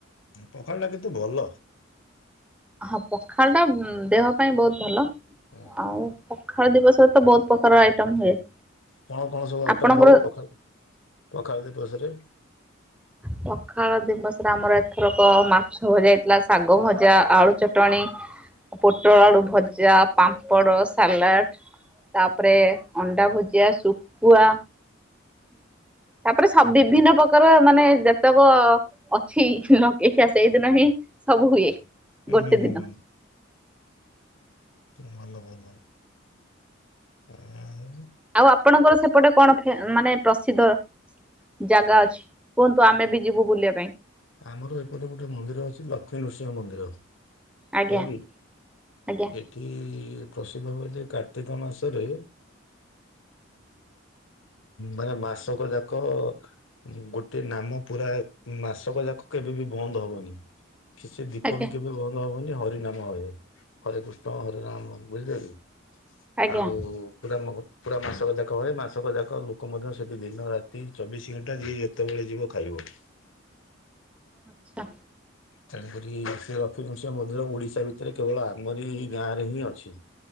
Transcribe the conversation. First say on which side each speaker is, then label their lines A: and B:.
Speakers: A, on the left; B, in the centre.
A: ପଖାଳଟା କିନ୍ତୁ ଭଲ।
B: ହଁ ପଖାଳଟା ଦେହ ପାଇଁ ବହୁତ ଭଲ
A: ହୁଁ।
B: ଆଉ ପଖାଳ ଦିବସରେ ତ ବହୁତ ପ୍ରକାର ଆଇଟମ୍ ହୁଏ।
A: କଣ କଣ ସବୁ ଆଇଟମ
B: ଆପଣଙ୍କର
A: ହୁଏ ପଖା ପଖାଳ ଦିବସରେ?
B: ପଖାଳ ଦିବସରେ ଆମର ଏଥରକ ମାଛ ଭଜା ହେଇଥିଲା ଶାଗ ଭଜା ଆଳୁ ଚଟଣି
A: <inaudible>
B: ପୋଟଳ ଆଳୁ ଭଜା ପାମ୍ପଡ଼ ସାଲାଡ଼ ତାପରେ ଅଣ୍ଡା ଭୁଜିଆ ଶୁଖୁଆ ତାପରେ ସବୁ ବିଭିନ୍ନ ପ୍ରକାର ତାଙ୍କର ମାନେ ଯେତେକ ଅଛି ଲଗେଇଖିଆ ସେଇଦିନ ହିଁ ସବୁ ହୁଏ।
A: ହୁଁ
B: ଗୋଟେ
A: ହୁଁ ହୁଁ
B: ଦିନ
A: ହୁଁ। ଭଲ ଭଲ ଆଉ
B: ଆଉ ଆପଣଙ୍କର ସେପଟେ କଣ ଫେ ମାନେ ପ୍ରସିଦ୍ଧ? ଜାଗା ଅଛି କୁହନ୍ତୁ ଆମେ ବି ଯିବୁ ବୁଲିବା ପାଇଁ?
A: ଆମର ଏପଟେ ଗୋଟେ ମନ୍ଦିର ଅଛି ଲକ୍ଷ୍ମୀ ନୃସିଂହ ମନ୍ଦିର।
B: ଆଜ୍ଞା
A: ହେଲା କି
B: ଆଜ୍ଞା
A: ଏଠି ପ୍ରସିଦ୍ଧ ହଉଛି କାର୍ତ୍ତିକ ମାସରେ ମାନେ ମାସକ ଯାକ ଗୋଟେ ନାମ ପୁରା ମାସ କ ଯାକ କେବେ ବି ବନ୍ଦ ହବନି କି ସେ ଦୀପ
B: ଆଜ୍ଞା
A: ବି କେବେ ବ ହବନି ହରି ନାମ ହୁଏ ହରେ କୃଷ୍ଣ ହରେ ରାମ ବୁଝିଲେକି?
B: ଆଜ୍ଞା
A: ଆଉ ପୁରା ନ ପୁରା ମାସକ ଯାକ ହଏ ମାସକ ଯାକ ଲୋକ ମଧ୍ୟ ସେଇଠି ଦିନ ରାତି ଚବିଶ ଘଣ୍ଟା ଯିଏ ଯେତେବେଳେ ଯିବ ଖାଇବ।
B: ଆଛା।
A: ତେଣୁକରି ସେ ଲଷ୍ମୀନୃସିଂହ ମନ୍ଦିର ଓଡିଶା ଭିତରେ କେବଳ ଆମରି ଗାଁରେ ହିଁ ଅଛି।